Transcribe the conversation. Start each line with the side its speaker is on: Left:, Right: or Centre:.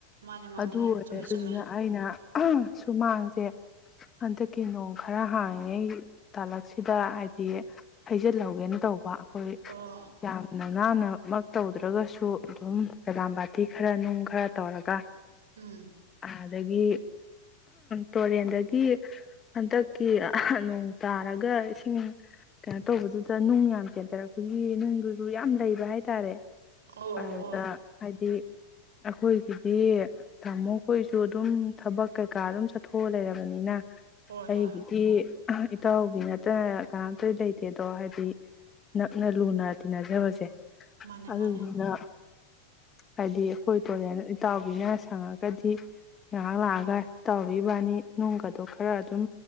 Right: ꯃꯥꯅꯦ ꯃꯥꯅꯦ
Left: ꯑꯗꯨ ꯑꯣꯏꯔꯦ
Right: ꯆꯨꯝꯃꯦ
Left: ꯑꯗꯨꯗꯨꯅ
Right: ꯆꯨꯝꯃꯦ
Left: ꯑꯩꯅ ꯁꯨꯃꯥꯡꯁꯦ ꯍꯟꯗꯛꯀꯤ ꯅꯣꯡ ꯈꯔ ꯍꯥꯡꯉꯉꯩ ꯇꯥꯂꯛꯁꯤꯗ ꯍꯥꯏꯗꯤ ꯍꯩꯖꯤꯜꯍꯧꯒꯦꯅ ꯇꯧꯕ ꯑꯩꯈꯣꯏ
Right: ꯑꯣ
Left: ꯌꯥꯝꯅ ꯅꯥꯟꯅ ꯃ ꯇꯧꯗ꯭ꯔꯒꯁꯨ ꯑꯗꯨꯝ ꯀꯦꯂꯥꯝ ꯕꯥꯇꯤ ꯈꯔ ꯅꯨꯡ ꯈꯔ ꯇꯧꯔꯒ
Right: ꯎꯝ
Left: ꯑꯗꯒꯤ ꯇꯨꯔꯦꯟꯗꯒꯤ ꯍꯟꯗꯛꯀꯤ ꯅꯣꯡ ꯇꯥꯔꯒ ꯏꯁꯤꯡ ꯀꯩꯅꯣ ꯇꯧꯕꯗꯨꯗ ꯅꯨꯡ ꯌꯥꯝ ꯆꯦꯟꯊꯔꯛꯄꯒꯤ ꯅꯨꯡꯗꯨꯁꯨ ꯌꯥꯝ ꯂꯩꯕ ꯍꯥꯏꯇꯥꯔꯦ
Right: ꯑꯣ
Left: ꯍꯥꯎꯗ
Right: ꯑꯣ ꯑꯣ
Left: ꯍꯥꯏꯗꯤ ꯑꯩꯈꯣꯏꯒꯤꯗꯤ ꯇꯥꯃꯣꯈꯣꯏꯁꯨ ꯑꯗꯨꯝ ꯊꯕꯛ ꯀꯩꯀꯥ ꯑꯗꯨꯝ ꯆꯠꯊꯣꯛꯑ ꯂꯩꯔꯕꯅꯤꯅ
Right: ꯍꯣꯏ
Left: ꯑꯩꯒꯤꯗꯤ
Right: ꯍꯣꯏ
Left: ꯏꯇꯥꯎꯕꯤ ꯅꯠꯇꯅ ꯀꯅꯥꯝꯇ ꯂꯩꯇꯦꯗꯣ ꯍꯥꯏꯗꯤ ꯅꯛꯅ ꯂꯨꯅ ꯇꯤꯟꯅꯖꯕꯁꯦ
Right: ꯃꯥꯅꯦ
Left: ꯑꯗꯨꯗ
Right: ꯃꯥꯅꯦ
Left: ꯍꯥꯏꯗꯤ ꯑꯩꯈꯣꯏ ꯇꯨꯔꯦꯟ ꯏꯇꯥꯎꯕꯤꯅ ꯁꯪꯉꯒꯗꯤ ꯉꯥꯏꯍꯥꯛ ꯂꯥꯛꯑꯒ ꯏꯇꯥꯎꯒꯤꯕꯥꯅꯤ ꯅꯨꯡꯒꯗꯣ ꯈꯔ ꯑꯗꯨꯝ